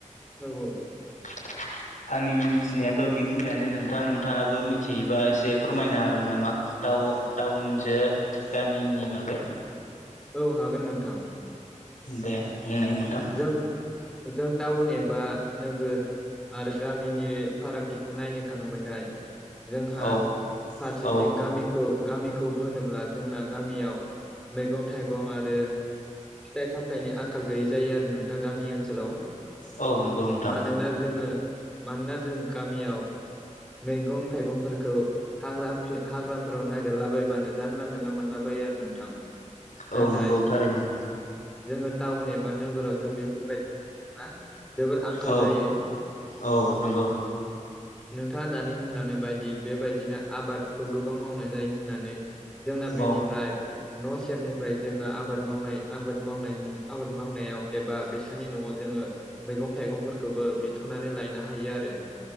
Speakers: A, in the centre; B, on the left.
A: औ औ
B: <inaudible> आंनि मिथिनायाथ बेखिनियानो नोंथां नोंथाङाबो मिथिबा एसे फोरमायनो हागोन नामा? टाव टाउनजों गामिनि बागै।
A: औ हागोन नोंथां।
B: दे बुंनाय नोंथां।
A: जों जों टाउन एबा नोगोर आरो गामिनि फारागथिखौ नायनो थाङोबाथाय जोंहा
B: औ
A: फारसेथिं
B: औ
A: गामि खौ गामिखौ होनोब्ला जोंना गामियाव मैगं थाइगं आरो फिथाइ सामथाइनि आंखाल गैयि जायो आरो नोंथां गामि ओनसोलाव
B: औ नंगौ नोंथां
A: मानोना जोङो मानोना जों गामियाव मैगं थाइगंफोरखौ हाग्राफे हाग्राफोराव नागिरलाबायबानो जानला मेनला मोनलाबायो आरो नोंथां। नाथाय
B: औ नंगौ थारैनो‌
A: जोङो टाउन एबा नोगोराव जों बेफोरबायदि मोननो थाङा। जोबोर आंखाल
B: औ
A: जायो
B: औ नंगौ
A: नोंथाङा दानि होनलांनाय बायदि बेबायदिनो आबादखौ गोबां मावनाय जायो होननानै जोंना बेनिफ्राय
B: औ
A: न' सेरनिफ्राय जोङो आबाद मावनाय आबाद मावनायनि आबाद मावनायाव एबा बेसानि न'आव जोङो मैगं थाइगंफोरखौबो बिथ'नानै लायनो हायो आरो